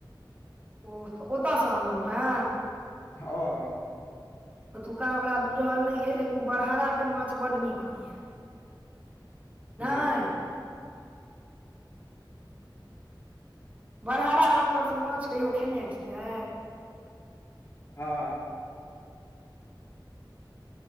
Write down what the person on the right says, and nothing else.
ओ ओत सँ अनलहुँं ह
ओतुक्का हमरा बुझल नय अइ लेकिन बरहहारा के माछ बड्ड नीक होइए नय
बरहराा हाट पर तऽ माछ कहियो खेने छियै